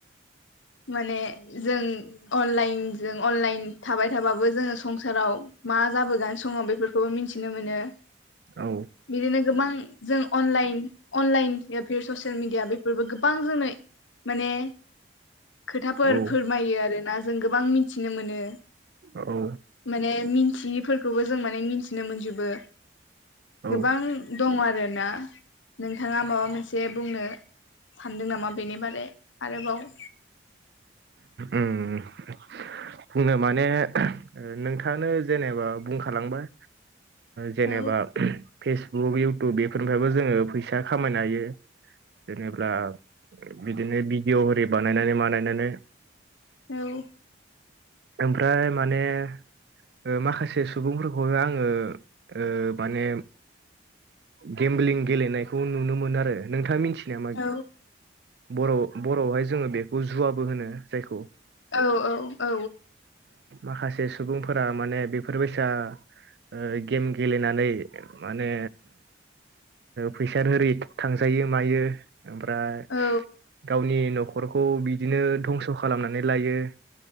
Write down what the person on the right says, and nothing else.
औ
औ
औ
औ
उम बुंनो माने नोंथाङानो जेनेबा बुंखालांबाय जेनेबा
फेसबुक इउटुब बेफोरनिफ्रायबो जोङो फैसा खामायनो हायो। जेनेबा बिदिनो भिडिअ' होरि बानायनानै मानायनानै
ओमफ्राय माने ओ माखासे सुबुंफोरखौहाय आङो ओ माने गेमबलिं गेलेनायखौ नुनो मोनो आरो नोंथाङा मिथि यो नामा
बर' बर'आवहाय जोङो बेखौ जुवाबो होनो जायखौ
माखासे सुबुंफोरा माने बेफोरबायसा ओ गेम गेलेनानै माने फैसाद होरि थांजायो मायो ओमफ्राय
गावनि नखरखौ बिदिनो धंस' खालामनानै लायो।